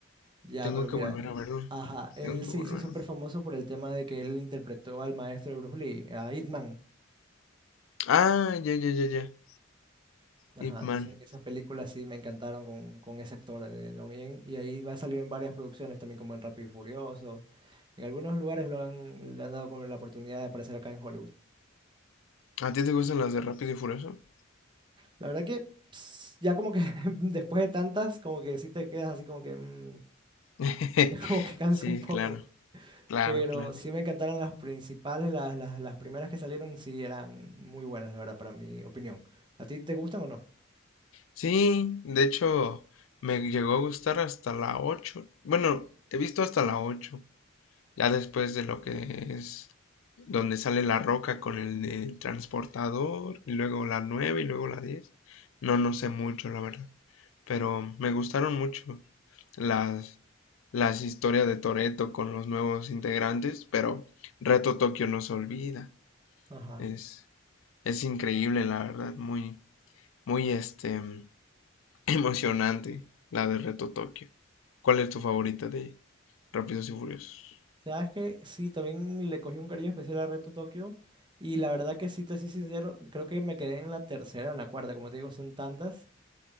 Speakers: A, on the right (about 20°); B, on the left (about 70°).
A: Ya,
B: Tengo
A: pero
B: que
A: mira,
B: volver a verlo.
A: ajá, él
B: Tengo que
A: se
B: volver.
A: hizo súper
B: a- verlo.
A: famoso por el tema de que él interpretó al maestro de Bruce Lee, a Ip Man.
B: Ah, ya, ya, ya, ya.
A: Ajá,
B: Ip Man.
A: entonces esas películas sí me encantaron con, con ese actor de Don Yen. Y ahí va a salir en varias producciones también, como en Rápido y Furioso. En algunos lugares lo han, le han dado como la oportunidad de aparecer acá en Hollywood.
B: ¿A ti te gustan las de Rápido y Furioso?
A: La verdad que ps, ya como que <laughs> después de tantas, como que sí te quedas así como que mm,
B: <laughs>
A: <laughs> ya como que cansa
B: Sí,
A: un poco.
B: claro. Claro,
A: Pero
B: claro.
A: sí me encantaron las principales, las, las, las primeras que salieron sí eran muy buenas, la verdad, para mi opinión. ¿A ti te gustan o no?
B: Sí, de hecho, me llegó a gustar hasta la 8. Bueno, he visto hasta la 8. Ya después de lo que es donde sale la roca con el, del transportador, y luego la 9 y luego la diez, No, no sé mucho, la verdad. Pero me gustaron mucho las, las historias de Toreto con los nuevos integrantes, pero Reto Tokio no se olvida.
A: Ajá.
B: Es, es increíble, la verdad. Muy, muy este <laughs> Emocionante la de Reto Tokio. ¿Cuál es tu favorita de Rápidos y Furiosos?
A: Sabes que sí, también le cogí un cariño especial a Reto Tokio. Y la verdad que sí, te soy sincero, creo que me quedé en la tercera o en la cuarta, como te digo, son tantas.